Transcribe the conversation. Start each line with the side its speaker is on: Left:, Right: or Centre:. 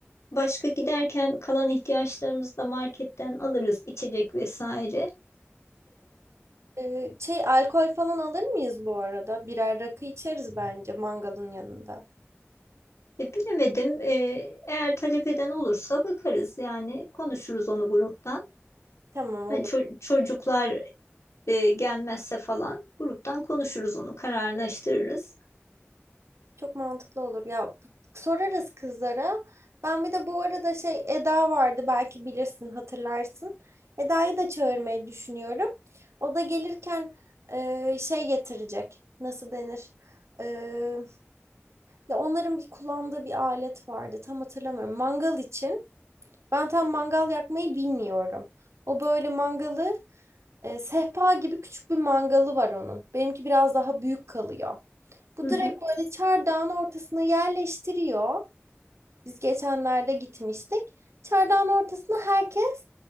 Left: başka giderken kalan ihtiyaçlarımızı da marketten alırız içecek vesaire.
Right: Ee, şey alkol falan alır mıyız bu arada? Birer rakı içeriz bence mangalın yanında.
Left: E, bilemedim. E, eğer talep eden olursa bakarız yani konuşuruz onu gruptan.
Right: Tamam
Left: Hani
Right: olur.
Left: ço- çocuklar e, gelmezse falan gruptan konuşuruz onu kararlaştırırız.
Right: Çok mantıklı olur. Ya sorarız kızlara. Ben bir de bu arada şey Eda vardı belki bilirsin hatırlarsın. Eda'yı da çağırmayı düşünüyorum. O da gelirken e, şey getirecek. Nasıl denir? E, ya onların bir kullandığı bir alet vardı. Tam hatırlamıyorum. Mangal için. Ben tam mangal yakmayı bilmiyorum. O böyle mangalı e, sehpa gibi küçük bir mangalı var onun. Benimki biraz daha büyük kalıyor. Bu
Left: Hı hı.
Right: direkt böyle çardağın ortasına yerleştiriyor. Biz geçenlerde gitmiştik. Çardağın ortasına herkes